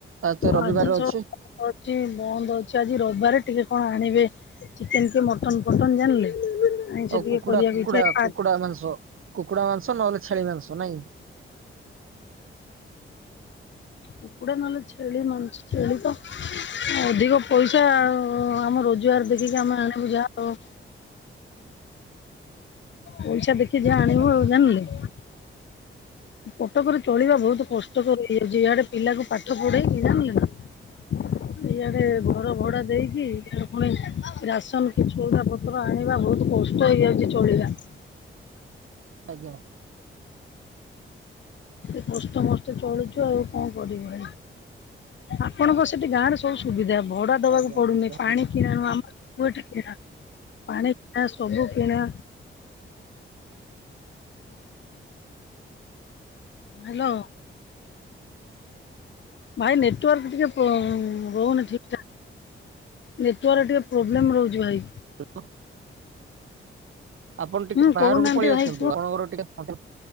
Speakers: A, on the right; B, on the left.
A: ତ ରବିବାର
B: ଆଜି ସବୁ
A: ଅଛି
B: ଅଛି ବନ୍ଦ ଅଛି ଆଜି ରବିବାରେ ଟିକେ କଣ ଆଣିବେ। ଚିକେନ କି ମଟନ ଫଟନ ଜାଣିଲେ। ଆଇଁଷ
A: ଆଉ
B: ଟିକେ
A: କୁକୁଡ଼ା
B: କରିବାକୁ
A: କୁକୁଡା
B: ଇଚ୍ଛା ଆ
A: କୁକୁଡା ମାଂସ କୁକୁଡା ମାଂସ ନହେଲେ ଛେଳି ମାଂସ ନାଇଁ?
B: କୁକୁଡା ନହେଲେ ଛେଳି ମାଂସ ଛେଳି ତ ଅଧିକ ପଇସା ଆଉ। ଆମ ରୋଜଗାର ଜୁଆର ବିକିକି ଆମେ ଆଣିବୁ ଯାହା ଆଉ। ପଇସା ଦେଖି ଯାହା ଆଣିବୁ
A: ଆଜ୍ଞା
B: ଆଉ ଜାଣିଲୁ। କଟକରେ ଚଳିବା ବହୁତ କଷ୍ଟକର ହେଇଯାଉଛି ଆଡେ ପିଲାକୁ ପାଠ ପଢେଇକି ଜାଣିଲ ନା। ଏଇଆଡେ ଘର ଭଡା ଦେଇକି ପୁଣି ରାସନ କି ସଉଦା ପତ୍ର ଆଣିବା ବହୁତ କଷ୍ଟ ହେଇଯାଉଚି ଚଳିବା।
A: ଆଜ୍ଞା।
B: କଷ୍ଟ ମଷ୍ଟେ ଚଳୁଚୁ ଆଉ କଣ କରିଵା ଆପଣଙ୍କ ସେଠି ଗାଁରେ ସବୁ ସୁବିଧା ଭଡା ଦବାକୁ
A: ଆଜ୍ଞା
B: ପଡୁନି
A: ଯା
B: ପାଣି କିଣା ଆମର କିଣା ପାଣି କିଣା ସବୁ କିଣା। ହ୍ୟାଲୋ। ଭାଇ ନେଟୱାର୍କ ଟିକେ ରହୁନି ଠିକଠାକ୍। ନେଟୱାର୍କରେ ଟିକେ ପ୍ରୋବ୍ଲେମ୍ ରହୁଚି ଭାଇ।
A: <unintelligible> ଆପଣ ଟିକେ
B: ହୁଁ
A: ବାହାରକୁ
B: କହୁନାହାନ୍ତି
A: ପଳେଇ
B: ଭାଇ
A: ଆସନ୍ତୁ
B: କୁହ।
A: ଆପଣଙ୍କର ଟିକେ